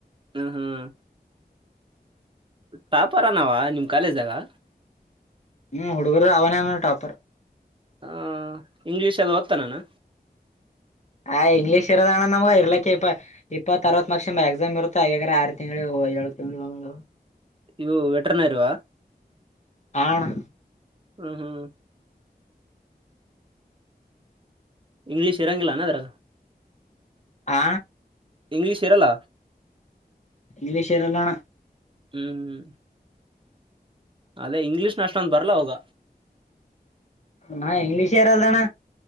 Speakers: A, on the right; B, on the left.
A: ಹ್ಮ ಹ್ಮ್ ತಪಾರನ ಅವ ನಿಮ ಕಾಲೇಜ್ನಲ್ಲಾ
B: ಹ್ಮ್ ಹುಡುಗರು ಅವನೇನ ಟಾಪರ್
A: ಹ ಇಂಗ್ಲಿೀಷ್ ಅಲ್ಲಿ ಓಡಿತನನ್ನ
B: ಆ ಇಂಗ್ಲೀಷ್ ಇರೋ ಅಣ್ಣ ನಮಗ ಇರ್ಲಿಕ್ಕ ಇಪ್ಪ ಇಪ್ಪತ್ ಅರವತು ಮಾರ್ಕ್ಸ್ ಎಕ್ಸಾಮ್ ಇರುತ್ತ ಹಾಗ್ರ ಆರು ತಿಂಗಳು <unintelligible>
A: ಇವು ವೆಟ್ರನರ್ವಾ
B: ಆ ಅಣ್ಣ
A: ಹ್ಮ್ ಹ್ಮ್ ಇಂಗ್ಲೀಷ್ ಇರಂಗಿಲ್ಲಾನ ಅದ್ರ
B: ಆ
A: ಇಂಗ್ಲೀಷ್ ಇರಲ್ಲ
B: ಇಂಗ್ಲೀಷ್ ಇರಲ್ಲ ಅಣ್ಣ
A: ಹ್ಮ್್ಮ ಅದೇ ಇಂಗ್ಲೀಷ್ ನ ಅಷ್ಟೊಂದು ಬರ್ಲ ಹೋಗ
B: ನಾ ಇಂಗ್ಲೀಷ್ ಯಾರಲ್ಲ ಅಣ